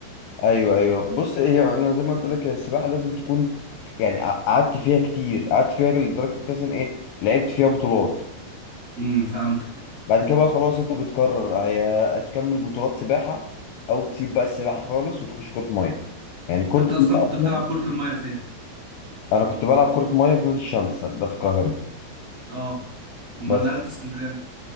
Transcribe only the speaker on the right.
امم فهمتك
انت
اصلا
كنت بتلعب كره الميه فين
اه امال
نقلت اسكندريه امتى